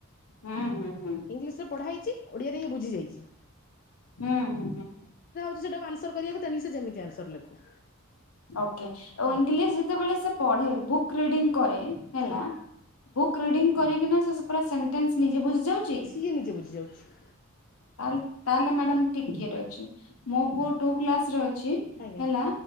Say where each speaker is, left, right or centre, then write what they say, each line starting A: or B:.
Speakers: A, on the left; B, on the left.
A: ହୁଁ ହୁଁ। ହୁଁ
B: ଇଂଲିଶ ରେ ପଢ଼ାଇ। ଛି ଓଡିଆରେ ଇଏ ବୁଝି ଯାଇଚି।
A: ହୁଁ ହୁଁ ହୁଁ।
B: ସେଇଟାକୁ ଆନ୍ସର କରିବାକୁ <unintelligible> ସେ ଯେମିତି ଆନ୍ସର ଲେଖୁ।
A: ଓକେ ଓ
B: ଆଜ୍ଞା
A: ଇଂଲିଶ ଯେତେବେଳେ ସେ ପଢେ। Book reading. କରେ ହେଲା
B: ଆଜ୍ଞା
A: ବୁକ୍ ରିଡିଙ୍ଗ କରିକିନା ସେ ପୁରା ସେଣ୍ଟେନ୍ସ ନିଜେ ବୁଝି ଯାଉଛି।
B: ସିଏ ନିଜେ ବୁଝି ଯାଉଛି।
A: ତାହେଲେ ତାହେଲେ ମ୍ୟାଡାମ ଠିକ୍ ଇଏ ରେ ଅଛି ମୋ ପୁଅ ଟୁ କ୍ଲାସ ରେ ଅ ଛି
B: ଆଜ୍ଞା
A: ହେଲା।